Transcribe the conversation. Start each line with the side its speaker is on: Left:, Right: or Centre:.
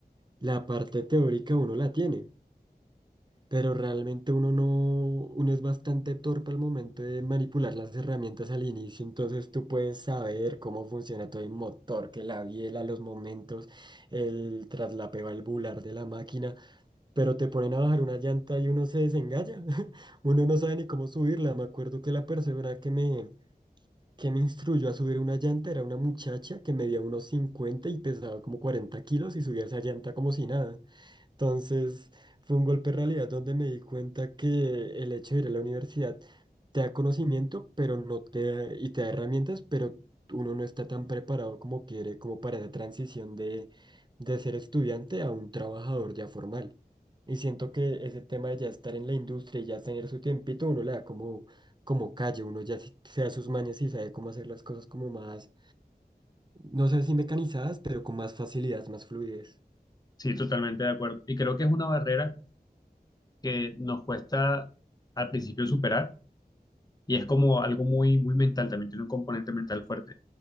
Right: la parte teórica uno la tiene. pero realmente uno no, uno es bastante torpe al momento de manipular las herramientas al inicio, entonces tú puedes saber cómo funciona todo el motor, que la biela, los momentos, el traslapeo valvular de la máquina, pero te ponen a bajar una llanta y uno se desengaña, <laughs> uno no sabe ni cómo subirla, me acuerdo que la persona que me... que me instruyó a subir una llanta era una muchacha que medía unos 50 y pesaba como 40 kilos y subía esa llanta como si nada. Entonces fue un golpe de realidad donde me di cuenta que el hecho de ir a la universidad te da conocimiento, pero no te da- y te da herramientas, pero uno no está tan preparado como quiere, como para esa transición de, de ser estudiante a un trabajador ya formal. Y siento que ese tema de ya estar en la industria y ya tener su tiempito, uno le da como, como calle, uno ya se se da sus mañas y sabe cómo hacer las cosas como más, no sé si mecanizadas, pero con más facilidad, más fluidez.
Left: Sí, totalmente de acuerdo. Y creo que es una barrera que nos cuesta al principio superar Y es como algo muy, muy mental, también tiene un componente mental fuerte,